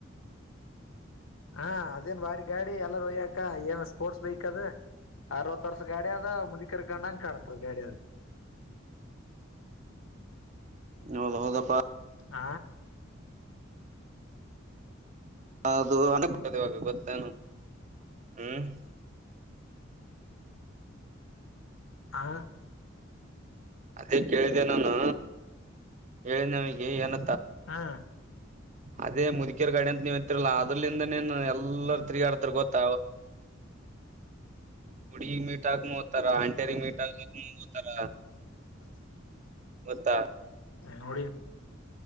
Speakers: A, on the left; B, on the right.
A: ಹಾ ಅದೇನ ಬಾರಿ ಗಾಡಿ ಎಲ್ಲಾರ ಒಯ್ಯಕ ಏನ್ ಸ್ಪೋರ್ಟ್ಸ್ ಬೈಕ್ ಅದ ಅರವತ್ತು ವರ್ಷ ಗಾಡಿ ಆದ ಮುದಕರ ಕಣಂಗ ಕಾಣತದ ಗಾಡಿ ಆದ
B: ಹೌದ ಹೌದಪ್ಪ
A: ಆ
B: ಅದು ಅನ್ಬಟ್ಟದೆ ಇವಾಗ ಗೊತ್ತೇನು ಹ್ಮ್
A: ಆ
B: ಅದೇ ಕೇಳಿದೆ ನಾನು ಹೇಳಿದೆ ನಮಗೆ ಏನ
A: ಹಾ
B: ಅದೇ ಮುದುಕಿಯರ ಗಾಡೆ ಅಂತ ನೀವ್ ಇತ್ತರ್ಲ್ಲಾ ಅದ್ರಲಿಂದನೇನು ಎಲ್ಲಾರ ತಿರುಗಾಡ್ತರ್ ಗೊತ್ತ
A: <inaudible>
B: ಹುಡಿಗಿ ಮೀಟ್ ಅಗಲಕಾನು ಹೋತರ ಅಂಟರಿ ಮೀಟ್ ಹಾಲಕ್ ನತಾರ
A: <inaudible>
B: ಗೋತ್ತ
A: ಹ ನೋಡಿ